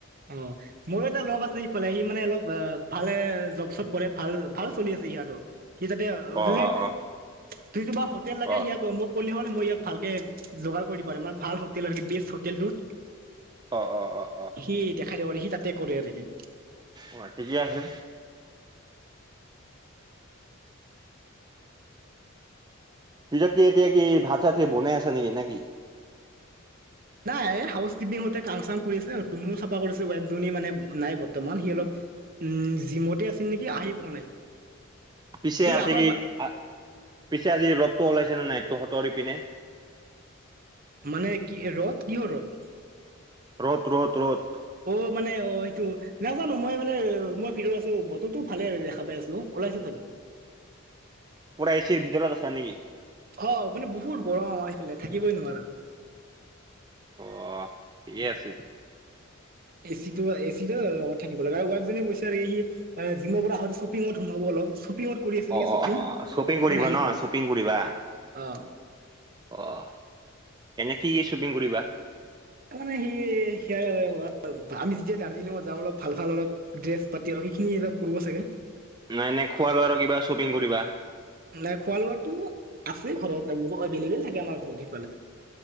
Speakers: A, on the right; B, on the right.
A: অ' মোৰো এটা লগ আছে সিফালে সি মানে অলপ ৱা ভালে জব চব কৰে ভাল ভাল চলি আছে সিয়াৰো। সি তাতে <unintelligible>
B: অ অ অ
A: <unintelligible> হোটেল লাগে
B: অ
A: <unintelligible> ক'লে হ'লে মই ইয়াক ভালকে যোগাৰ কৰি দিব আৰু মানে ভাল হোটেল আৰকি বেষ্ট হোটেলটোত।
B: অ' অ' অ'। অ
A: সি দেখাই দিব আৰু সি তাতে কৰে আৰকি।
B: অ' ঠিকে আছে। পিছত কি এতিয়া কি ভাত চাত কি বনাই আছা নেকি নাকি?
A: নাই হাউচ কিপিং হতে কাম চাম কৰি আছে ৰুমো চাফা কৰিছে ৱাইফজনী মানে নাই বৰ্তমান সি অলপ উম জিমতে আছিল নেকি আহি পোৱা নাই।
B: পিছে
A: ই
B: আছে
A: আহৰ
B: কি?
A: বা
B: আ পিছে আজি ৰ'দতটো ওলাইছে নে নাই? তহঁতৰ ইপিনে।
A: মানে কি ৰ'দ কিহৰ ৰ'দ?
B: ৰ'দ ৰ'দ ৰ'দ।
A: অ' মানে অ সেইটো নাজানো মই মানে মই ভিতৰত আছো বতৰটো ভালে আৰু দেখা পাই আছো। ওলাইছে চাগে।
B: পুৰা এ ছিৰ ভিতৰত আছা নেকি?
A: অ মানে বহুত গৰম আমাৰ এইফালে থাকিবই নোৱাৰা।
B: অ' ঠিকে আছে।
A: এ চি টো এ চি টো লগত থাকিব লাগে আৰু ৱাইফ জনী কৈছে আৰকি সি আ জিমৰ পৰা আহতে শ্বপিঙত সোমাব অলপ। <unintelligible> <unintelligible> কৰি আছে
B: অ',
A: নেকি শ্বপিং।
B: অ', অ', শ্বপিং
A: এইকাৰণে
B: কৰিবা
A: আহি
B: ন
A: পাৱা নাই।
B: শ্বপিং কৰিবা?
A: অ'।
B: অ' এনে কি কি শ্বপিং কৰিবা?
A: অ মানে সি সিয়া আমি যেতিয়া দাৰ্জিলিঙত যাওঁ অলপ ভাল ভাল অলপ ড্ৰেছ পাতি এইখিনি অলপ কুৰব চাগে।
B: না এনে খোৱা লোৱাৰো কিবা শ্বপিং কৰিবা?
A: নাই খোৱা লোৱাটো আছেই ঘৰত <unintelligible> এভেলেবেল থাকে আমাৰ ঘৰত সিফালে।